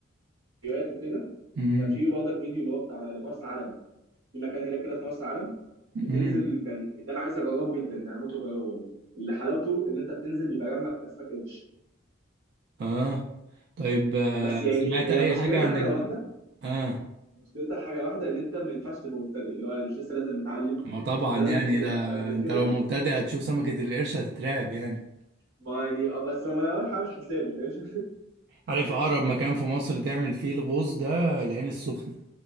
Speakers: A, on the right; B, on the right.
A: فيديوهات وكده
B: امم
A: كان في برضك فيديو اللي هو بتاع لمرسى علم في مكان هناك كده في مرسى علم
B: امم
A: بتنزل كان ده انا عايز اجربه جدا ده هموت واجربه يعني اللي حلاوته ان انت بتنزل بيبقى جنبك اسماك قرش
B: اه طيب آه،
A: بس يعني
B: سمعت
A: هي
B: اي
A: مشكلتها
B: حاجة عن
A: حاجه
B: ال
A: واحده
B: اه
A: مشكلتها حاجه واحده ان انت ما ينفعش تبقى مبتدئ اللي هو مش لسه لازم متعلم
B: ما طبعا
A: انت
B: يعني
A: لازم تكون جربت
B: ده
A: قبل
B: انت
A: كده
B: لو مبتدئ هتشوف سمكة القرش هتترعب يعني
A: ما يعني آه، بس انا رايح هعمل حسابي فاهم
B: عارف اقرب مكان في مصر تعمل فيه الغوص ده العين السخنة